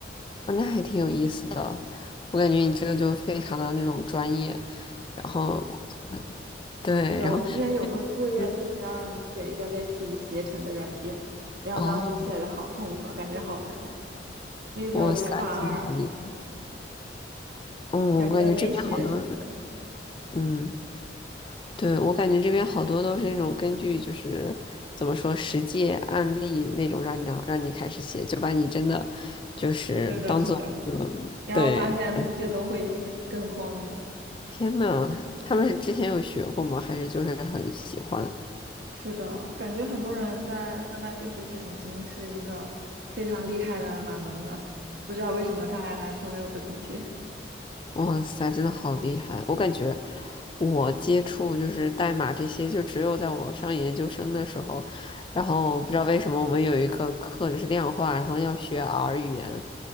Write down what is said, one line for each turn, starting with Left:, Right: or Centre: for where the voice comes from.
Left: 哦那还挺有意思的，我感觉你这个就非常的那种专业，然后，嗯对，
Right: 是的，
Left: 然后，
Right: 我们之前有个作业就是要让你写一个类似于携程的软件，
Left: 嗯，
Right: 然后当时写的好痛苦啊，
Left: 哦，
Right: 感觉好难啊，那时候才大二，
Left: 哇塞，真的好厉害，嗯，
Right: 感觉没学什么。
Left: 我感觉这边好多，嗯，对，我感觉这边好多都是那种根据就是怎么说实际案例那种让你让让你开始写，就把你真的就是当做一个，
Right: 是的，是的，然后发现同学都会写，
Left: 对，嗯
Right: 更慌了。
Left: 天呐，他们是之前有学过吗？还是就是很喜欢？
Right: 是的，感觉很多人在上大学之前已经是一个非常厉害的码农了，不知道为什么他还来成为我的同学
Left: 哇塞，真的好厉害！我感觉我接触就是代码这些，就只有在我上研究生的时候，然后不知道为什么我们有一个课就是量化，然后要学 R 语言，